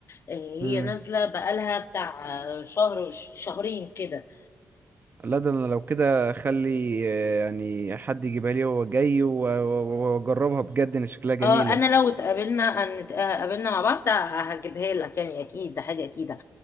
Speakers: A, on the left; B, on the right.
A: آه، هي
B: مم.
A: نازلة بقالها بتاع شهر وش- شهرين كده
B: لا ده انا لو كده اخلي آه، يعني حد يجيبها لي وهو جاي و- و- واجربها بجد ان شكلها جميلة
A: اه انا لو اتقابلنا ان اتقابلنا مع بعض هجيبها لك يعني اكيد ده حاجه اكيده